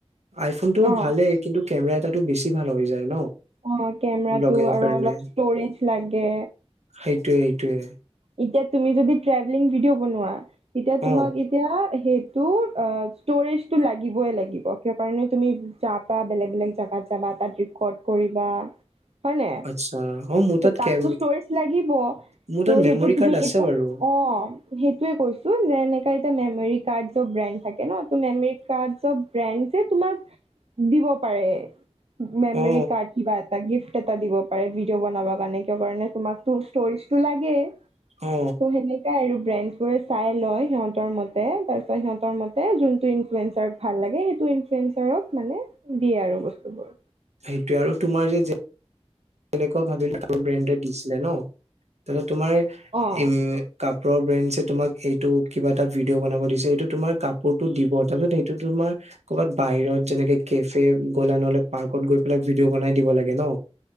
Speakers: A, on the right; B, on the right.
A: আইফোনটো
B: অ',
A: ভালেই কিন্তু কেমেৰা টো বেছি ভাল হৈ যায় ন।
B: অহ' কেমেৰাটো
A: ব্লগিঙৰ
B: আৰু
A: কাৰণে
B: অলপ ষ্টৰেজ লাগে।
A: সেইটোৱে এইটোৱে।
B: এতিয়া তুমি যদি ট্ৰেভেলিং ভিডিঅ' বনোৱা এতিয়া তোমাক
A: অ
B: এতিয়া সেই টো অহ ষ্টৰেজটো লাগিবই লাগিব, কিয় কাৰণে তুমি যাবা বেলেগ বেলেগ জগাত যাবা তাত ৰেকৰ্ড কৰিবা হয় নাই?
A: আচ্ছা অ মোৰ
B: ত
A: তাত
B: তাততো
A: কেম
B: ষ্টৰেজ লাগিব।
A: মোৰ তাত
B: তহ
A: মেমৰি
B: সেইটো তুমি
A: কাৰ্ড আছে
B: এটা,
A: বাৰু
B: অহ সেইটোৱে কৈছো যে এনেকা এতিয়া মেমৰী কাৰ্ড ৰ বেণ্ড থাকে ন, মেমৰী কাৰ্ড ৰ বেন্দে তোমাক দিব পাৰে। মেমৰি
A: অ
B: কাৰ্ড কিবা এটা গিফ্ট এটা দিব পাৰে ভিডিঅ' বনাব কাৰণে, কিয় কাৰণে তোমাক টো ষ্টোৰেজ টো লাগে। লাগে।
A: অ
B: তহ সেনেকাই আৰু। ফ্ৰেণ্ডবোৰে চাই লয়, সিহঁতৰ মতে তাৰপিছত সিহঁতৰ মতে যোনটো ইনফুৰেঞ্চাৰ ভাল লাগে, সেইটো ইনফুৰেঞ্চাৰক মানে দিয়ে আৰু বস্তুবোৰ।
A: সেইটোয়ে আৰু তোমাৰ যে যে তেনেকুৱা ভাবিলো আৰু ব্ৰেণ্ড দিছিলে ন, তাৰপিছত তোমাৰ
B: অ'
A: উম কাপ <unintelligible> ‌ বেঞ্চে তোমাক এইটো কিবা এটা ভিডিঅ' বনাব দিছে এইটো তোমাৰ কাপোৰটো দিব, তাৰপিছত এইটো তোমাৰ ক'বাত বাহিৰত যেনেকে কেফে গ'লা, নহ'লে পাৰ্কত গৈ পেলাই ভিডিঅ' বনাই দিব লাগে ন।